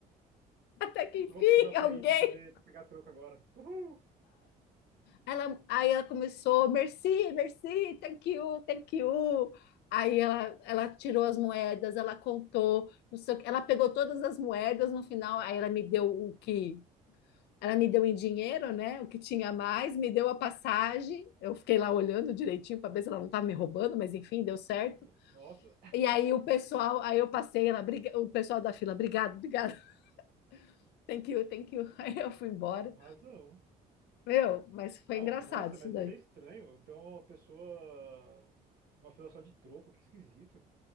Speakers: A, on the left (about 75°); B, on the right (about 70°).
A: até que enfim,
B: Não vou precisar sair
A: alguém.
B: pra fazer, pra pegar troco agora. Uhul!
A: Ela, aí ela começou, merci, merci, thank you, thank you. Aí ela, ela tirou as moedas, ela contou, não sei, o quê. ela pegou todas as moedas no final, aí ela me deu o que ela me deu em dinheiro, né? O que tinha mais, me deu a passagem. Eu fiquei lá olhando direitinho para ver se ela não estava me roubando, mas enfim, deu certo.
B: Nossa,
A: E aí o pessoal, aí eu passei, ela, o pessoal da fila, obrigado, obrigado, <laughs> thank you, thank you. Aí eu fui embora.
B: <laughs> com razão.
A: Meu, mas foi
B: Não,
A: engraçado
B: nossa,
A: isso
B: mas
A: daí.
B: isso é estranho. Então, a pessoa. Uma fila só de troco, que esquisito.